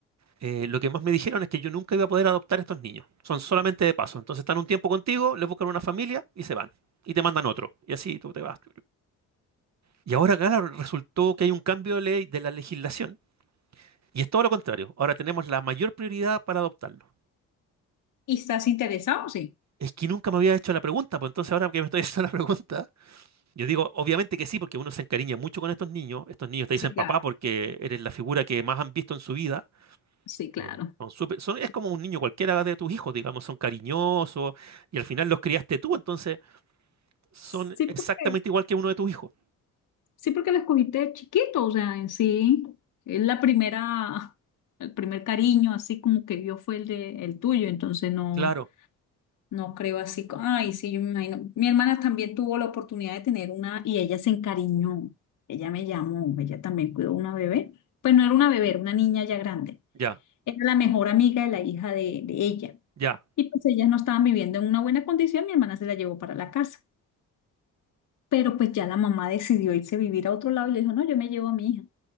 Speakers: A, on the right; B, on the left.
A: eh, lo que más me dijeron es que yo nunca iba a poder adoptar a estos niños. Son solamente de paso. Entonces están un tiempo contigo, les buscan una familia y se van. Y te mandan otro. Y así tú te vas. Y ahora, claro, resultó que hay un cambio de ley de la legislación. Y es todo lo contrario. Ahora tenemos la mayor prioridad para adoptarlos.
B: ¿Y estás interesado? Sí.
A: Es que nunca me había hecho la pregunta, pues entonces ahora que me estoy haciendo la pregunta, Yo digo, obviamente que sí, porque uno se encariña mucho con estos niños. Estos niños te
B: Sí,
A: dicen papá
B: claro.
A: porque eres la figura que más han visto en su vida.
B: Sí, claro.
A: Eh, son súper- son- es
B: Sí,
A: como un niño cualquiera de tus hijos, digamos, son cariñosos y al final los criaste tú, entonces son
B: Sí,
A: exactamente
B: porque,
A: igual que uno de tus hijos.
B: sí, porque la escogiste de chiquito, o sea, en sí, es la primera, el primer cariño, así como que vio fue el de el tuyo, entonces no,
A: Claro,
B: no creo así, co- ay, sí, yo me imagino. Mi hermana también tuvo la oportunidad de tener una y ella se encariñó, ella me llamó, ella también cuidó una bebé, pues no era una bebé, era una niña ya grande,
A: ya,
B: era la mejor amiga de la hija de, de ella.
A: ya,
B: Y pues ellas no estaban viviendo en una buena condición, mi hermana se la llevó para la casa. Pero pues ya la mamá decidió irse a vivir a otro lado y le dijo, no, yo me llevo a mi hija.